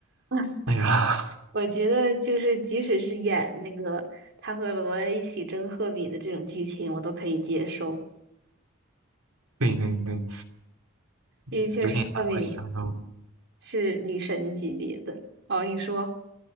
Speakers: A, on the right; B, on the right.
A: <laughs>
B: 哎呀，
A: 我觉得就是，即使是演那个他和罗恩一起争赫敏的这种剧情，我都可以接受，
B: <laughs> 对对对，嗯有点让我想到，
A: 因为确实赫敏是女神级别的。哦，你说，